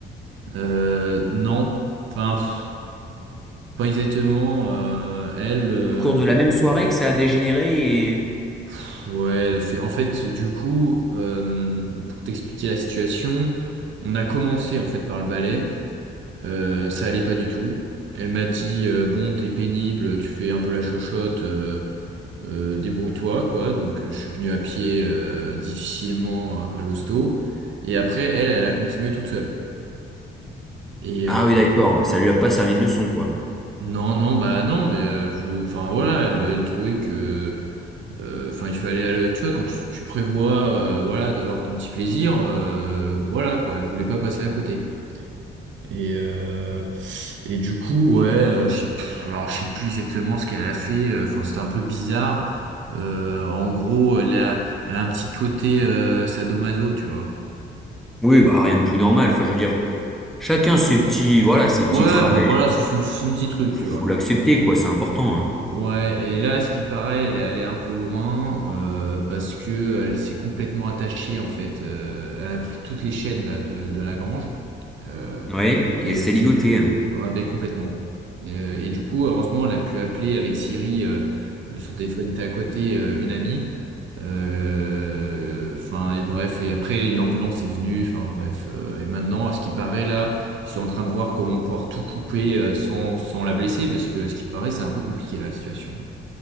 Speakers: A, on the right; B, in the centre.
A: Euh, non. Enfin, pff, pas exactement. Euh, elle, euh,
B: Au cours de la même soirée que ça a dégénéré et...
A: pff, ouais, elle a fait. En fait, du coup, euh, pour t'expliquer la situation, on a commencé, en fait, par le ballet. Euh, ça allait pas du tout. Elle m'a dit euh, bon, t'es pénible, tu fais un peu la chochotte, euh, euh, débrouille-toi quoi. Donc euh, je suis venu à pied euh, difficilement à, à l'hosto. Et après elle, elle a continué toute seule. Et
B: Ah
A: euh,
B: oui, d'accord, ça lui a pas servi de leçon, quoi.
A: non, non, bah non, mais euh, elle voulait- enfin voilà, elle, elle trouvait que, euh, enfin il fallait aller, tu vois, quand tu, tu prévois, euh, voilà, d'avoir ton petit plaisir, euh, voilà quoi, elle voulait pas passer à côté. Et, euh, et du coup, ouais, euh, je sais plus, alors je sais plus exactement ce qu'elle a fait. euh, Enfin, c'était un peu bizarre. Euh, en gros, elle a, elle a un petit côté euh, sadomaso, tu vois.
B: Oui, bah rien de plus normal, enfin je veux dire, chacun ses petits, voilà, ses petits
A: Ouais,
B: travers,
A: bon, voilà, c'est son, son petit truc,
B: faut,
A: tu
B: faut
A: vois.
B: l'accepter, quoi, c'est important. hein.
A: Ouais, et là, ce qui paraît, elle est allée un peu loin euh, parce que elle s'est complètement attachée, en fait. euh, elle a pris toutes les chaînes là de, de la grange. Euh,
B: Ouais,
A: et
B: et elle
A: elle
B: s'est
A: s'est
B: ligotée. Hein.
A: Ouais, ben, complètement. Euh, et du coup, heureusement, elle a pu appeler avec Siri, euh, euh, son téléphone était à côté, euh, une amie. Euh, Enfin, et bref, et après, une ambulance est venue, enfin bref. euh, et maintenant, à ce qui paraît, là, ils sont en train de voir comment pouvoir tout couper euh, sans, sans la blesser, parce que à ce qui paraît, c'est un peu compliqué, là, la situation.